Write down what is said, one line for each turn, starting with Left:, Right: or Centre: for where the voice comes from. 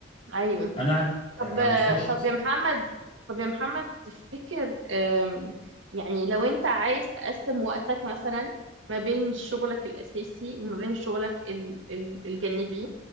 Right: ايوه
Left: انا على
Right: طب
Left: على المستوى الشخصي
Right: طب يا محمد طب يا محمد تفتكر أم، يعني لو انت عايز تقسم وقتك مثلا ما بين شغلك الاساسي وما بين شغلك ال- ال- الجانبي